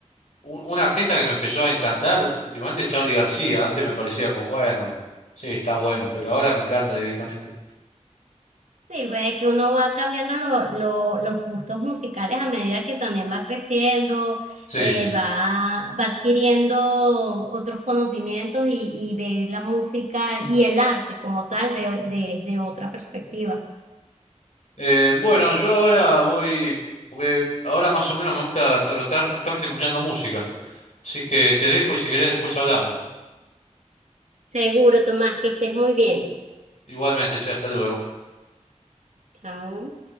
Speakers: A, on the left; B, on the right.
A: Un, un artista que me empezó a encantar últimamente es Charly García. Antes me parecía como, bueno, sí, está bueno, pero ahora me encanta directamente.
B: Sí, ve que uno va cambiando lo- lo- los gustos musicales a medida que también va creciendo,
A: Sí,
B: eh,
A: sí.
B: va, va adquiriendo otros conocimientos y, y ve la música y el arte como tal de- desde otra perspectiva.
A: Eh, bueno, yo ahora voy, porque ahora más o menos me gusta trotar justamente escuchando música. Así que te dejo y si querés después hablamos.
B: Seguro, Tomás, que estés muy bien.
A: Igualmente, che, hasta luego.
B: Chao.